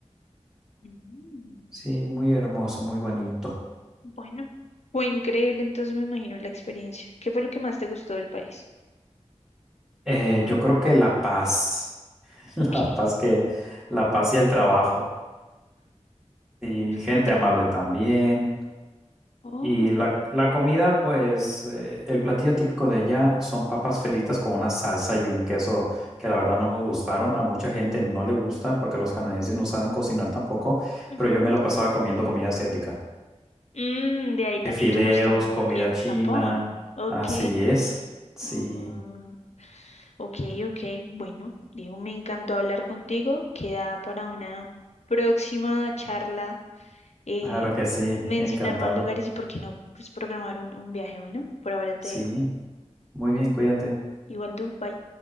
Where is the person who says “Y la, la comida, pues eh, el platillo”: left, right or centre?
Centre